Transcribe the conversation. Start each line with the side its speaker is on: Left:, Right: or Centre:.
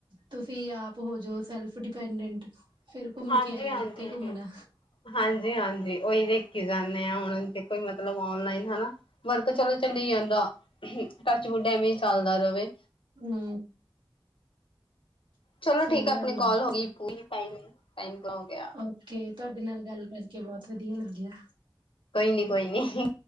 Right: ਤੁਸੀਂ ਆਪ ਹੋਜੋ ਸੈਲਫ ਡਿਪੈਂਡੈਂਟ, ਫਿਰ ਘੁੰਮ
Left: ਹਾਂਜੀ-ਹਾਂਜੀ-ਹਾਂਜੀ-ਹਾਂਜੀ
Right: ਕੇ ਆਈਓ ਜਿੱਥੇ ਘੁੰਮਣਾ
Left: ਉਹੀ ਦੇ, ਜਾਂਦੇ ਹਾਂ ਹੁਣ ਕੋਈ ਮਤਲਬ ਔਨਲਾਈਨ ਹਨਾ ਵਰਕ ਚਲੋ ਚੱਲ ਜਾਂਦਾ ਟੱਚ ਵੁਡ ਐਵੇਂ ਚੱਲਦਾ ਰਹੇ।
Right: ਹੂੰ,
Left: ਚਲੋ
Right: ਸਹੀ
Left: ਠੀਕ ਹੈ
Right: ਗੱਲ
Left: ਆਪਣੀ ਕਾਲ
Right: ਆ
Left: ਹੋ ਗਈ ਪੁਰੀ, ਟਾਈ ਟਾਈਮ, ਹੋ ਗਿਆ
Right: ਓਕੇ ਤੁਹਾਡੇ ਨਾਲ ਗੱਲ ਕਰਕੇ ਬਹੁਤ ਵਧੀਆ, ਵਧੀਆ ਲੱਗਿਆ।
Left: ਕੋਈ ਨੀ, ਕੋਈ ਨੀ।